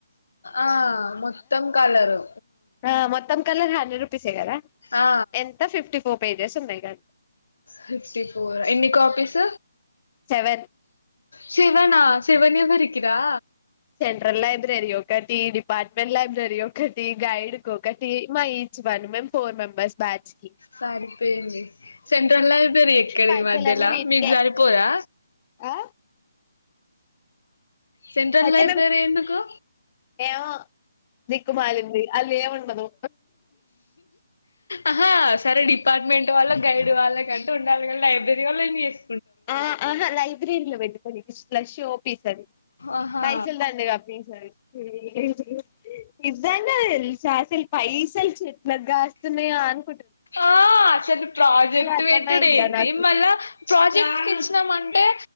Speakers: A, on the left; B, on the left.
A: ఆ మొత్తం కలరు
B: ఆ మొత్తం కలరా హ చేయాల
A: ఆ
B: ఎంత ఫిఫ్టీ ఫోర్ పేజెస్ ఉన్నాయిగా
A: ఫిఫ్టీ ఫోర్ ఎన్ని కాపీస్
B: సెవెన్
A: శివనా శివనెవరికిరా
B: సెంట్రల్ లైబ్రరీ ఒకటి డిపార్ట్మెంట్ లైబ్రర్ రీ ఒకటి గైడ్ కోకటి మా వన్ మేమ్ ఫోర్ మెంబర్స్ బ్యాచ్ కి
A: సరిపోయింది సెంట్రల్ అయిపోయిన ఎక్కడి
B: పైసలన్నీ
A: మధ్యలో
B: వీటికే
A: మీకు సరిపోదా
B: ఆ
A: సెంట్రల్
B: అయితే
A: లైబ్రరీ
B: మేము
A: ఎందుకు
B: ఏమో దిక్కు మాలింది ఆల్లు ఏమన్ కున్నదో
A: ఆహా సరే డిపార్ట్మెంట్ వాళ్ళ గైడ్ వాళ్ళ కంటే ఉండాలి కదా లైబ్రరీ వాల్ ఏమి చేస్
B: ఆ ఆహా లైబ్రీరీలో పెట్టుకొని శ్లష్ ఓపిసది.
A: ఆహా
B: పైసలు దండగ. <unintelligible> నిజంగా దేల్సా అసల్ పైసలు చెట్లక్ గస్త్. తున్నయాన్.
A: ఆ అసలు ప్రాజెక్ట్
B: అర్థమైందిరా
A: వేట్టుడ్ ఏందీ,
B: నాకు
A: మళ్ళా ప్రాజెక్ట్. <unintelligible> సినమ్ అంటే